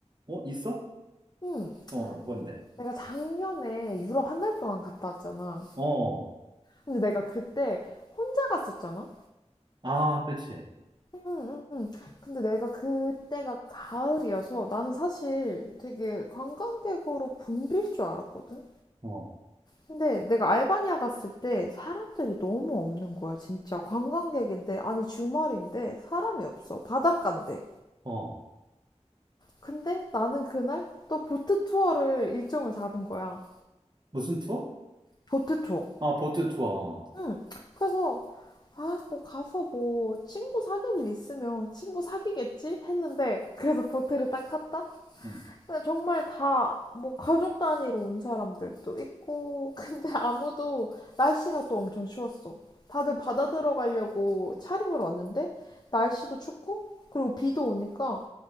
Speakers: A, on the right; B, on the left.
A: 어 있어?
B: 음.
A: 어 뭔데?
B: 내가 작년에 유럽 한 달 동안 갔다 왔잖아.
A: 어
B: 근데 내가 그때 혼자 갔었잖아.
A: 아 그렇지
B: 응, 응, 응. 근데 내가 그때가 가을이어서 나는 사실 되게 관광객으로 붐빌 줄 알았거든.
A: 어
B: 근데 내가 알바니아 갔을 때 사람들이 너무 없는 거야, 진짜. 관광객인데, 아니 주말인데 사람이 없어. 바닷가인데.
A: 어.
B: 근데 나는 그날 또 보트 투어를 일정을 잡은 거야.
A: 무슨 투어?
B: 보트 투어.
A: 아, 보트 투어.
B: 응. 그래서 아, 뭐 가서 뭐 친구 사귈 일 있으면 친구 사귀겠지 했는데 그래서 보트를 딱 탔다.
A: 응
B: 근데 정말 다 뭐 가족 단위로 온 사람들도 있고 <laughs> 근데 아무도 날씨가 또 엄청 추웠어. 다들 바다 들어가려고 차림을 왔는데 날씨도 춥고 그리고 비도 오니까